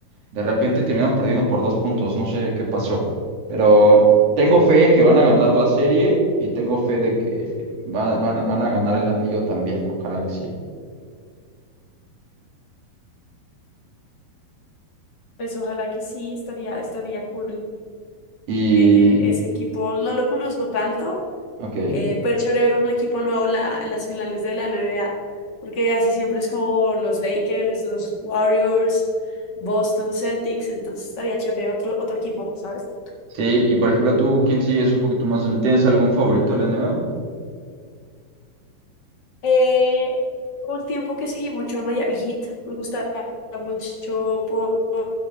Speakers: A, on the right; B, on the left.
A: de repente terminaron perdiendo por dos puntos. No sé qué pasó. Pero tengo fe en que van a ganar la serie y tengo fe de que va- van, a- van a ganar el anillo también. Ojalá que sí.
B: Pues ojalá que sí, estaría, estaría cool.
A: Y,
B: Eh, ese equipo no lo conozco tanto,
A: ok.
B: Eh, pero es chévere ver un equipo nuevo en, la- en las finales de la NBA, porque así siempre es como los Lakers, los Warriors, Boston Celtics, entonces estaría chévere otro, otro equipo, ¿sabes?
A: Sí, y por ejemplo, tú, ¿quién sí es un poquito más? ¿Le tienes algún favorito, Leoneva?
B: Eh, un tiempo que seguí mucho al Miami Heat, me gustaba mucho por, por,